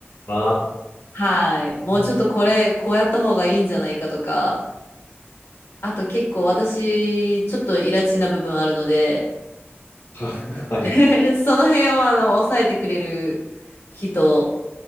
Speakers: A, on the left; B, on the left.
A: あ
B: はい。もうちょっとこれ、
A: ー。
B: こうやった方がいいんじゃないかとか、あと結構私、ちょっとイラチな部分あるので、
A: ははい。
B: <laughs> その辺をあの、抑えてくれる人